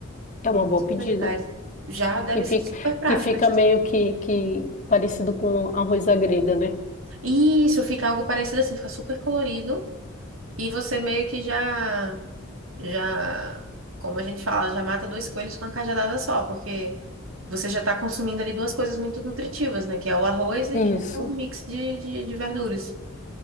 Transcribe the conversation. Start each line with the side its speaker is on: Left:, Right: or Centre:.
Left: É
Right: Um
Left: uma
Right: arroz
Left: boa
Right: com
Left: pedida.
Right: vegetais. Já deve
Left: Que fica,
Right: ser super prático.
Left: que fica
Right: esse-
Left: meio que, que parecido com arroz à grega, né?
Right: Isso, fica algo parecido assim, fica super colorido e você meio que já já, como a gente fala, já mata dois coelhos com uma cajadada só, porque você já está consumindo ali duas coisas muito nutritivas, né? Que é o arroz e que
Left: Isso.
Right: é o mix de, de, de verduras.